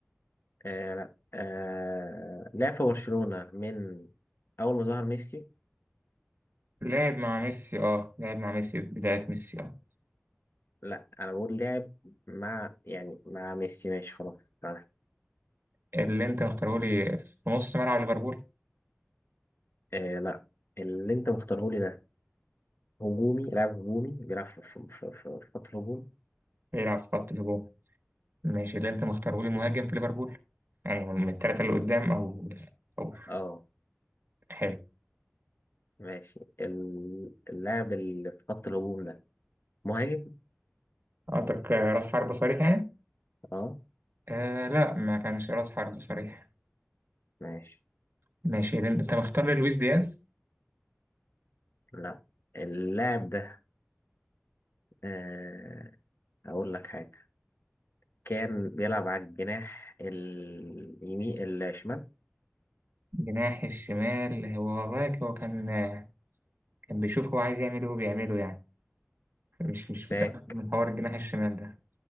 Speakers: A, on the left; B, on the right.
A: آه لا آه لعب في برشلونة من أول ما ظهر ميسي
B: لعب مع ميسي اه لعب مع ميسي في بداية ميسي اه
A: لا أنا بقول لعب مع يعني مع ميسي ماشي خلاص عارف
B: اللي انت مختاره لي في نص ملعب ليفربول
A: آه لا اللي انت مختاره لي ده هجومي لاعب هجومي بيلعب في في- في- في خط الهجوم
B: بيلعب في خط الهجوم ماشي اللي انت مختاره لي مهاجم في ليفربول يعني من الثلاثة اللي قدام او او
A: اه
B: حلو
A: ماشي ال- اللاعب اللي في خط الهجوم ده مهاجم
B: قصدك آه، راس حربة صريح يعني؟
A: اه
B: آه لا ما كانش راس حربة صريح
A: ماشي
B: ماشي اللي انت أنت مختار لي لويس دياز
A: لا اللاعب ده آه هقول لك حاجة كان بيلعب على الجناح اليمين الشمال
B: جناح الشمال هو والله هو كان آه، كان بيشوف هو عايز يعمل ايه وبيعمله يعني مش مش
A: باك
B: متأكد من حوار الجناح الشمال ده